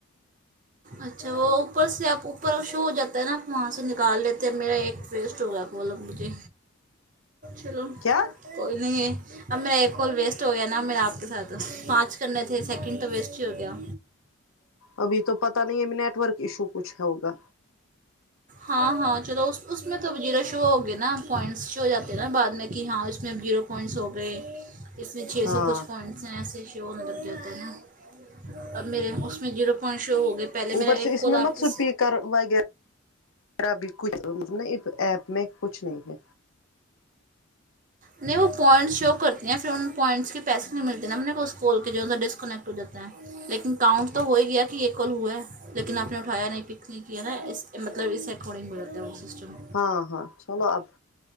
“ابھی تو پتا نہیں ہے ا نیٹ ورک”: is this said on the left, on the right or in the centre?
Left